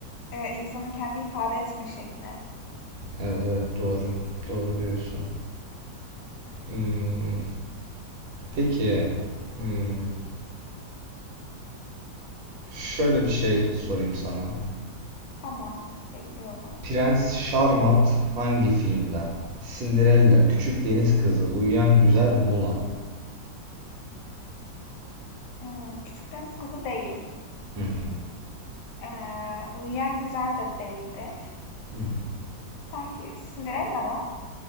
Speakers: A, on the left (about 70°); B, on the right (about 85°).
A: eee, insanın kendini ifade etme şekli.
B: Evet evet doğru. Doğru diyorsun. Hmm, Peki hmm, şöyle bir şey sorayım sana.
A: Tamam, bekliyorum.
B: Prens Charmant hangi filmde? Cinderella, Küçük Deniz Kızı, Uyuyan Güzel Mulan.
A: Imm, Küçük Deniz Kızı değil.
B: Hı hı.
A: Eee, Uyuyan Güzel de değildir.
B: Hı hı.
A: Sanki Cinderella mı?